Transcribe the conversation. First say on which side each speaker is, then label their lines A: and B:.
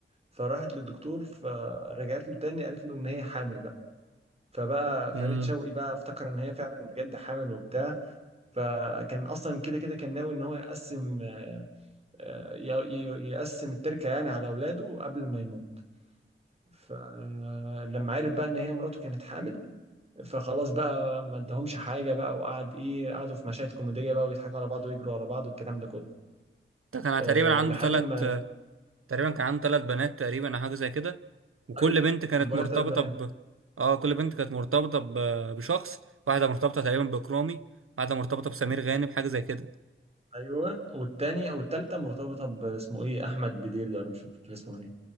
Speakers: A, on the right; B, on the right.
A: فراحت للدكتور فرجعت له تاني قالت له ان هي حامل بقى فبقى فريد
B: امم
A: شوقي بقى افتكر ان هي فعلا بجد حامل وبتاع فكان اصلا كده كده كان ناوي ان هو يقسم آه، ي- ي- يقسم التركه يعني على اولاده قبل ما يموت فلما عرف بقى ان هي مراته كانت حامل فخلاص بقى ما ادهمش حاجه بقى وقعد ايه قعدوا في مشاهد كوميديه بقى ويضحكوا على بعض ويجروا على بعض والكلام ده كله
B: ده كان
A: أه
B: تقريبا عنده
A: لحد
B: ثلاث
A: ما
B: تقريبا كان عنده ثلاث بنات تقريبا او حاجه زي كده وكل
A: ايوه
B: بنت كانت
A: انا بقول
B: مرتبطه
A: لك ثلاث بنات
B: ب اه كل بنت كانت مرتبطه ب... بشخص واحده مرتبطه تقريبا بكرامي واحده مرتبطه بسمير غانم حاجه زي كده
A: ايوه والتاني والتالتة مرتبطه باسمه ايه احمد بدير ده ولا مش فاكر اسمه ايه